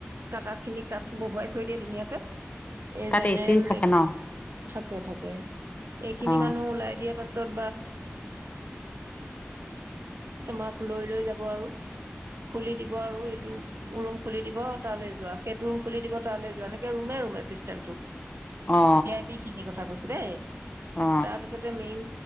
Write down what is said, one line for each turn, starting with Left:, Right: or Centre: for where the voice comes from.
Right: কাটা খিনি বহুৱাই থৈ দিয়ে ধুনীয়াকে। এই
Left: তাত
Right: জেনেৰেল
Left: এচি থাকে ন
Right: থাকে - থাকে এইখিনি
Left: অ
Right: মানুহ ওলাই দিয়া পাছত ছত বা <unintelligible> লৈ লৈ যাব আৰু খুলি দিব আৰু এইটো ৰুম- ৰুম খুলি দিব তালৈ যোৱা, সেইটো ৰুম খুলি দিব তালৈ যোৱা, এনেকে ৰুমে ৰুম এ চিষ্টেমটো।
Left: অ
Right: ভি আই পি খিনি কথা কৈছো। দেই।
Left: অ
Right: তাৰপিছতে মেইন